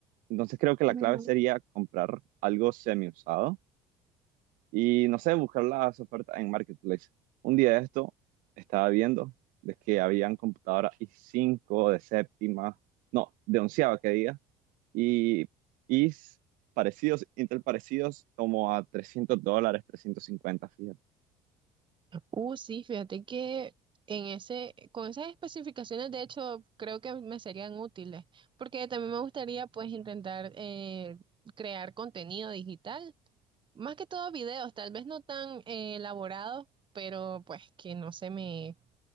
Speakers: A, on the right; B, on the right.
A: Entonces creo que la
B: Ujú.
A: clave sería comprar algo semi-usado y no sé, buscar las ofertas en Marketplace. Un día de esto estaba viendo de que habían computadoras i cinco de séptima, no, de onceava que diga, y i parecidos, Intel parecidos como a 300 dólares, 350 fíjate.
B: Uh, sí, fíjate que en ese, con esas especificaciones, de hecho, creo que me serían útiles, porque también me gustaría pues intentar eh, crear contenido digital, más que todo videos, tal vez no tan eh, elaborados, pero pues que no se me